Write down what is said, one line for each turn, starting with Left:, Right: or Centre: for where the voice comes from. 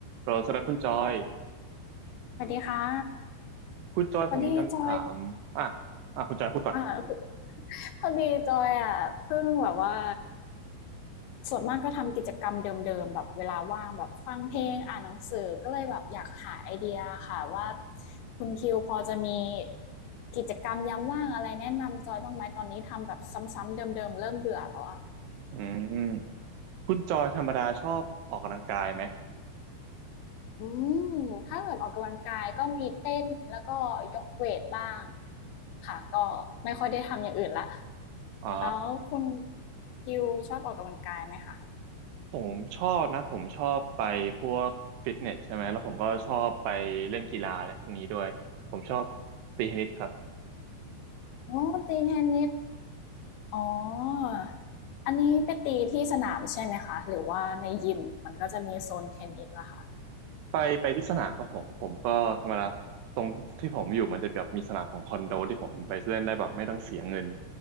Right: เราสำหรับคุณจอย
Left: สวัสดีค่ะ
Right: คุณจอยผมมีคำถามอ่ะ
Left: พอดีจอย
Right: อ่ะคุณจอยพูดก่อน
Left: อ่าพอดีจอยอ่ะเพิ่งแบบว่าส่วนมากก็ทำกิจกรรมเดิมๆแบบเวลาว่างแบบฟังเพลงอ่านหนังสือก็เลยแบบอยากหาไอเดียค่ะว่าคุณคิวพอจะมีกิจกรรมยามว่างอะไรแนะนำจอยบ้างไหมตอนนี้ทำแบบซ้ำๆเดิมๆเริ่มเบื่อแล้วอ่ะ
Right: อืมคุณจอยธรรมดาชอบออกกำลังกายไหม
Left: อืมถ้าเกิดออกกำลังกายก็มีเต้นแล้วก็ยกเวทบ้างค่ะก็ไม่ค่อยได้ทำอย่างอื่นละ
Right: อ่า
Left: แล้วคุณคิวชอบออกกำลังกายไหมคะ
Right: ผมชอบนะผมชอบไปพวกฟิตเนสใช่ไหมแล้วผมก็ชอบไปเล่นกีฬาอะไรพวกนี้ด้วยผมชอบตีเทนนิสครับ
Left: อ๋อตีเทนนิสอ๋ออันนี้ไปตีที่สนามใช่ไหมคะหรือว่าในยิมมันก็จะมีโซนเทนนิสล่ะค่ะ
Right: ไปไปที่สนามครับผมผมก็ธรรมดาตรงที่ผมอยู่มันจะแบบมีสนามของคอนโดที่ผมไปเล่นได้แบบไม่ต้องเสียเงิน